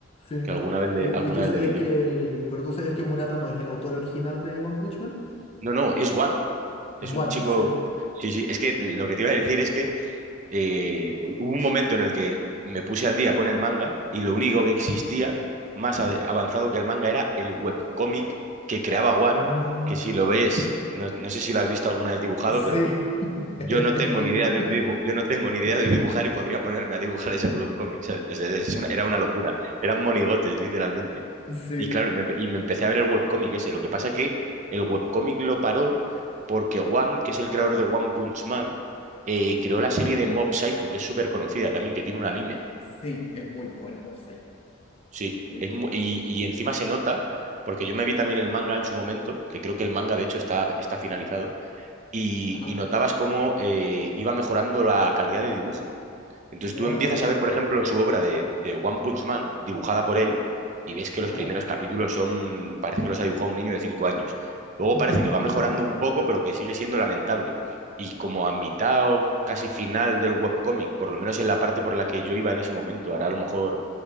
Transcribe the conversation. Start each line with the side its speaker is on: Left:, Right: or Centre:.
Left: sí.
Right: que alguna vez le,
Left: ¿Y,
Right: alguna
Left: y tú
Right: vez
Left: sabías
Right: le vi
Left: que
Right: yo.
Left: el... Pero tú sabías que Murata no es el autor original de One Punch Man?
Right: No, no, es One. Es
Left: Es One,
Right: un chico.
Left: sí.
Right: Sí, sí, es que lo que te iba a decir es que eh, hubo un momento en el que me puse al día con el manga y lo único que existía más ade- avanzado que el manga era el webcómic que creaba One,
Left: Ah,
Right: que si lo ves, no, no sé si lo has visto alguna vez dibujado,
Left: sí,
Right: pero
Left: <laughs>
Right: yo
Left: es
Right: no tengo
Left: horrible.
Right: ni idea de dibu- yo no tengo ni idea de dibujar y podría ponerme a dibujar ese webcómic. ¿sabes? O es una- era una locura, eran monigotes, literalmente.
Left: Sí,
Right: Y claro, y me, empe- y me empecé a ver el webcómic ese. Lo que pasa que el webcómic lo paró porque One, que es el creador de One Punch Man, eh, creó la serie de Mob Psycho, que es súper conocida también, que tiene un anime.
Left: sí, es muy buena Mob Psycho,
Right: Sí,
Left: muy
Right: es
Left: buena.
Right: mu- y, y encima se nota, porque yo me vi también el manga en su momento, que creo que el manga de hecho está, está finalizado, y,
Left: Ajá.
Right: y notabas cómo eh, iba mejorando la calidad de dibujo. Entonces tú
Left: Ah,
Right: empiezas
Left: ya,
Right: a ver, por ejemplo, su obra de, de One Punch Man, dibujada por él, y ves que
Left: ajá.
Right: los primeros capítulos son, parece que los ha dibujado un niño de 5 años.
Left: <laughs>
Right: Luego parece que va mejorando un poco, pero que sigue siendo lamentable. Y como a mitad o casi final del webcómic, por lo menos en la parte por la que yo iba en ese momento, hará a lo mejor